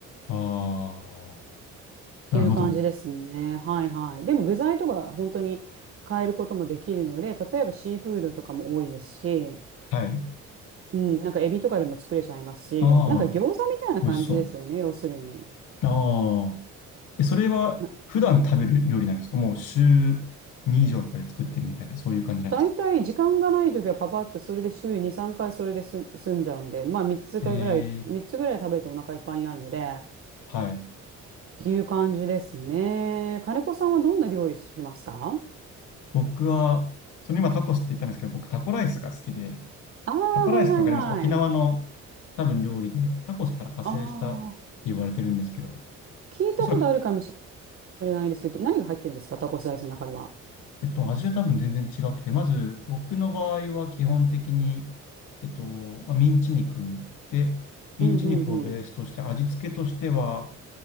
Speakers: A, on the left (about 90°); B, on the right (about 45°).
A: ああ、
B: ていう感じですね。
A: なるほど。
B: はいはい。でも具材とか本当に変えることもできるので、例えばシーフードとかも多いですし、
A: はい。
B: うん、なんかエビとかでも作れちゃいますし、
A: ああ、
B: なんか餃子みたいな感じですよね、
A: 美味しそ
B: 要するに。
A: う。ああ、え、それは普段食べる料理なんですかもう週
B: な
A: 2以上とかで作ってるみたいな、そういう感じなんですか
B: 大体時間がない時はパパッとそれで週に3回それです済んじゃうんで、まあ3つかぐらい、
A: ええ
B: 3つぐらい食べるとお腹いっぱいになるので、
A: はい。
B: っていう感じですね。金子さんはどんな料理しますか
A: 僕は、その今タコスって言ったんですけど、僕タコライスが好きで、
B: ああー、
A: タコライスってわかります沖縄の
B: はいはいはい。
A: 多分料理で、タコスから派生したって言われてるんですけど、
B: ああ、聞いたことあるかもし
A: おそらく、
B: れないですけど、何が入ってるんですかタコスライスの中には。
A: えっと、味は多分全然違くて、まず僕の場合は基本的に、えっと、まあミンチ肉で、ミンチ肉をベースとして、
B: うんうんうん。
A: 味付けとしては、